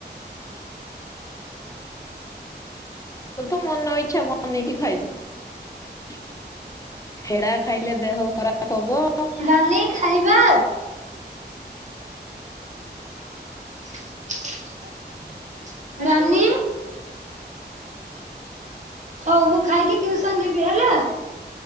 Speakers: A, on the left (about 20°); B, on the right (about 40°).
A: ତୋର ତ ମନ ଇଚ୍ଛା ବନେଇକି ଖାଇବୁ। ହେଡା ଖାଇଲେ ଦେହ ଖରାପ ହବ।
B: ନାନୀ ଖାଇବା? <inaudible>
A: <inaudible>
B: ରାନୀ ହଉ ମୁଁ ଖାଇକି ଟିଉସନ ଯିବି ହେଲା।